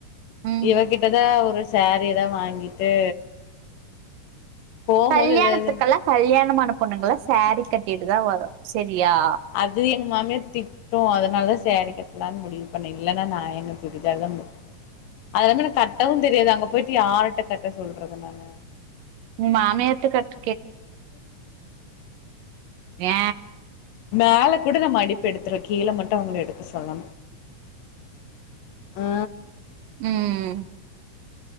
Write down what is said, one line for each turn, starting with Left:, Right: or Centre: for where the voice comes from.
Right: ம்
Left: இவகிட்டதா ஒரு சேரீயதா வாங்கிட்டு போம்போது
Right: கல்யாணத்துக்கல்லா
Left: எதாது
Right: கல்யாண மான பொண்ணுங்கள சேரீ கட்டிட்டு தா வரு சரியா
Left: அது எங் மாமிய திட்டு அதனால சேரி கட்லானு முடிவு பண்ணே இல்லன்னா நா எங்க சுடிதா தா முடி அது இல்லாம கட்டவு தெரியாது அங்க போயிட்டு யாருட்ட கட்ட சொல்றது நானு
Right: உ மாமியார்ட்ட கட் வே
Left: மேல கூட ந மடிப்பு எடுத்துருவ கீழே மட்டு அவங்கள எடுக்க சொல்லா ஆ
Right: ம்